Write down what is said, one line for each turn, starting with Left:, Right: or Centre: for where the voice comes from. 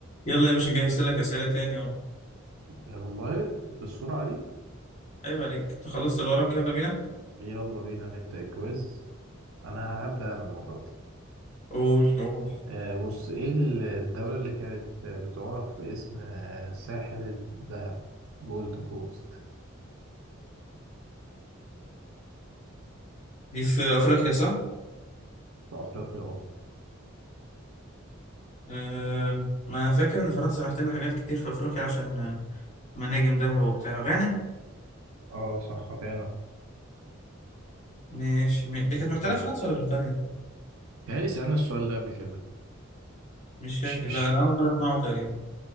Left: يلا يا باشا جهزت لك أسئلة تاني أهو
Right: آه، والله بالسرعة دي
Left: عيب عليك أنت خلصت اللي وراك يلا بينا
Right: يلا بينا نبدأ الكويز أنا هبدأ أنا المرة دي
Left: قول قول
Right: آه، بص إيه الدولة اللي كانت بتعرف باسم آه، ساحل الذهب جولد كوست
Left: دي في أفريقيا صح؟
Right: في أفريقيا أه
Left: أم، ما فاكر إن فرنسا محتلة حاجات كتير في أفريقيا عشان آه، مناجم ذهب وبتاع غانا
Right: أه صح غانا
Left: مش م... دي
Right: م-
Left: كانت محتلة
Right: م.
Left: فرنسا ولا بريطانيا؟
Right: تهيألي سألنا السؤال ده قبل كده
Left: مش فاكر
Right: مش مش
Left: لا أنا أول مرة أسمعه تقريبا